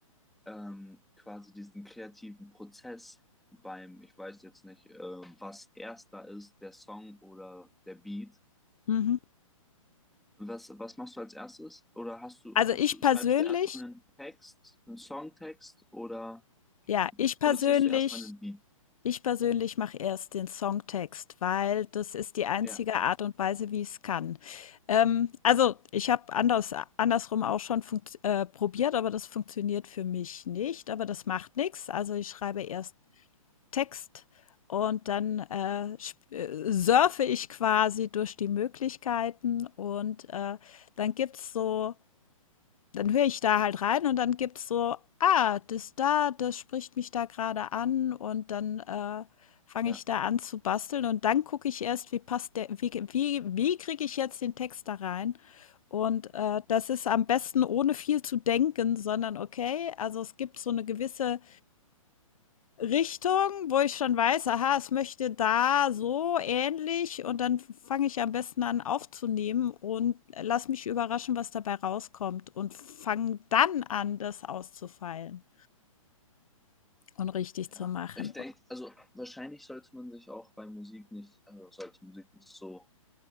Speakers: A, in the centre; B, on the left.
A: ähm, quasi diesen kreativen Prozess beim, ich weiß jetzt nicht, äh, was erst da ist, der Song oder der Beat.
B: mhm.
A: Was, was machst du als erstes? Oder hast du,
B: also
A: hast
B: ich
A: du,
B: persönlich,
A: schreibst du erstmal einen Text, einen Songtext oder
B: ja, ich persönlich
A: produzierst du erstmal einen Beat?
B: Ich persönlich mache erst den Songtext, weil das ist die einzige
A: Ja,
B: Art und Weise, wie ich es kann. Ähm, also, ich habe anders andersrum auch schon funkt äh, probiert, aber das funktioniert für mich nicht, aber das macht nichts. Also, ich schreibe erst Text und dann, äh, sp äh, surfe ich quasi durch die Möglichkeiten und, äh, dann gibt's so dann höre ich da halt rein und dann gibt's so: „Ah, das da, das spricht mich da gerade an“ und dann, äh, fange
A: ja,
B: ich da an zu basteln und dann gucke ich erst, wie passt der wie wie wie kriege ich jetzt den Text da rein? Und, äh, das ist am besten ohne viel zu denken, sondern okay, also es gibt so eine gewisse Richtung, wo ich schon weiß, aha, es möchte da so ähnlich und dann fange ich am besten an aufzunehmen und lass mich überraschen, was dabei rauskommt und fange dann an, das auszufeilen und richtig
A: ja.
B: zu machen.
A: Ich denke, also wahrscheinlich sollte man sich auch bei Musik nicht, also sollte Musik nicht so